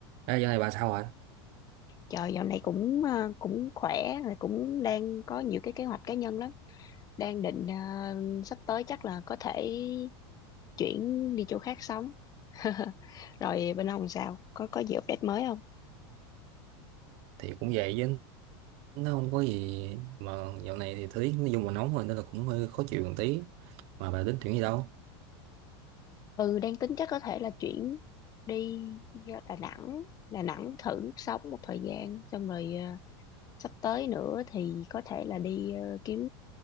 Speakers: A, on the right (about 50°); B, on the left (about 25°).
A: Ê, giờ này bà sao rồi?
B: Trời dạo này cũng ờ, cũng khỏe rồi cũng đang có nhiều cái kế hoạch cá nhân lắm. Đang định ờ, sắp tới chắc là có thể chuyển đi chỗ khác sống. <laughs> Rồi bên ông sao? Có có gì update mới không?
A: Thì cũng vậy chứ nó không có gì mà dạo này thì thời tiết nói chung là nóng rồi nên là cũng hơi khó chịu một tí mà bà tính chuyện gì đâu
B: Ừ đang tính chắc có thể là chuyển đi Đà Nẵng, Đà Nẵng thử sống một thời gian xong rồi ờ, sắp tới nữa thì có thể là đi ờ, kiếm